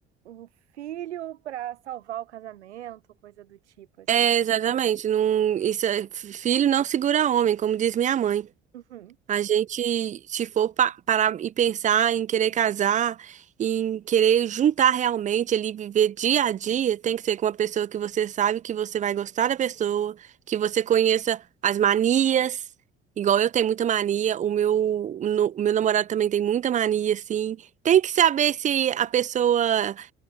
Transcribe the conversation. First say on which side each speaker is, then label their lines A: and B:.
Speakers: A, on the right; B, on the right.
A: um filho pra salvar o casamento, coisa do tipo, assim.
B: é, exatamente. Não, isso, é- filho não segura homem, como diz minha mãe.
A: Uhum.
B: A gente, se for pa- parar e pensar em querer casar, em querer juntar realmente ali, viver dia a dia, tem que ser com uma pessoa que você sabe que você vai gostar da pessoa, que você conheça as manias. Igual eu tenho muita mania, o meu, no- o meu namorado também tem muita mania, assim. Tem que saber se a pessoa